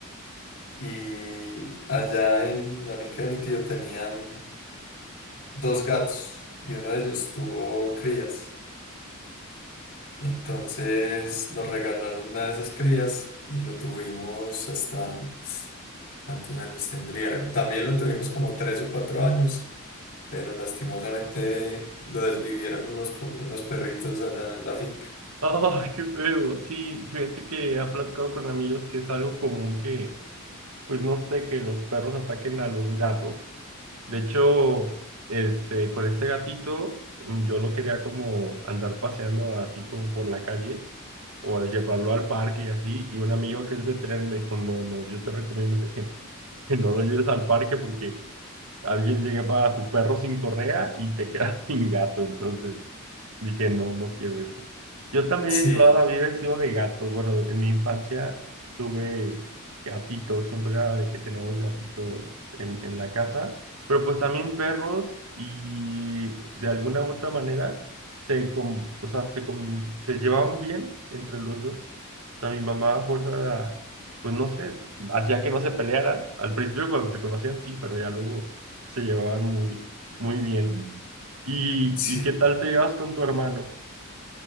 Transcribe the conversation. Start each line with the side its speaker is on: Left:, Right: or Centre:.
Left: y allá en la finca de mi tío tenían dos gatos y uno de ellos tuvo crías. Entonces nos regalaron una de esas crías y lo tuvimos hasta, ¿cuántos años tendría? También lo tuvimos como tres o cuatro años, pero lastimosamente lo desvivieron unos, pu- unos perritos allá en la finca.
Right: ¡Ah, qué feo! Sí, fíjate que ha platicado con amigos que es algo común que, pues no sé, que los perros ataquen a los gatos. De hecho, este, con este gatito, mm, yo lo quería como andar paseando así como por la calle o llevarlo al parque y así. Y un amigo que es veterano me dijo, no, no, yo te recomiendo que, <laughs> que no lo lleves al parque porque alguien llegaba a su perro sin correa y te quedas <laughs> sin gato. Entonces dije, no, no quiero eso. Yo también
Left: Sí,
Right: toda la vida he sido de gato. Bueno, en mi infancia tuve gatitos, siempre era de que tenemos gatitos en, en la casa, pero pues también perros y de alguna u otra manera se, com- o sea, se, com- se llevaban bien entre los dos sea, mi mamá a fuerza era, pues no sé, hacía que no se pelearan. Al principio cuando se conocían, sí, pero ya luego se llevaban muy, muy bien. ¿Y,
Left: sí,
Right: y qué tal te llevas con tu hermano?